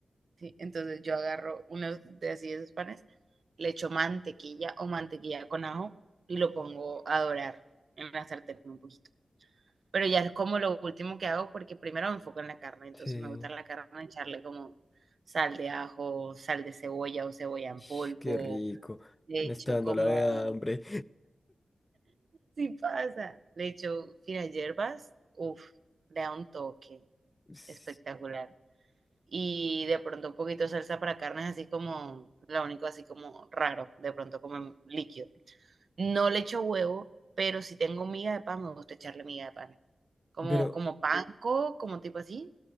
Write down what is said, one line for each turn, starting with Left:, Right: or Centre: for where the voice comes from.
Right: Sí, entonces yo agarro uno de así de esos panes, le echo mantequilla o mantequilla con ajo y lo pongo a dorar en la sartén un poquito. Pero ya es como lo último que hago porque primero me enfoco en la carne, entonces
Left: Sí,
Right: me gusta la carne echarle como sal de ajo, sal de cebolla o cebolla en
Left: Ish,
Right: polvo,
Left: qué rico.
Right: le
Left: Me
Right: echo
Left: está dando
Right: como,
Left: la de hambre.
Right: sí pasa, le echo finas hierbas, uff, le da un toque
Left: <laughs>
Right: espectacular.
Left: S-
Right: y de pronto un poquito de salsa para carnes, así como lo único, así como raro, de pronto como en líquido. No le echo huevo, pero si tengo miga de pan, me gusta echarle miga de pan. Como,
Left: Pero
Right: como panko, como tipo así.